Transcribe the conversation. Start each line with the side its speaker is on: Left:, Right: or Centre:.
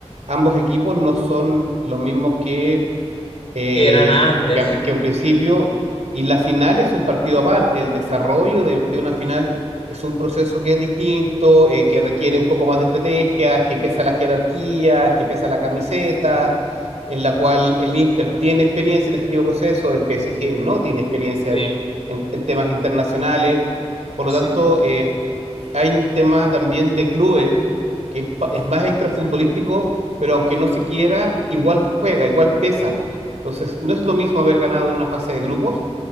Right: ambos equipos no son los mismos que eh,
Left: eran antes.
Right: que, a- que en principio, y la final es un partido aparte, el desarrollo de, de una final es un proceso que es distinto, eh, que requiere un poco más de estrategia, que pesa la jerarquía, que pesa la camiseta, en la cual el Inter tiene experiencia en este tipo de proceso el PSG no tiene experiencia
Left: Sí,
Right: en, en- en temas internacionales, por lo
Left: sí,
Right: tanto, eh, hay un tema también de clubes que es, pa- es más extrafutbolístico, pero aunque no se quiera, igual juega, igual pesa. Entonces, no es lo mismo haber ganado en una fase de grupos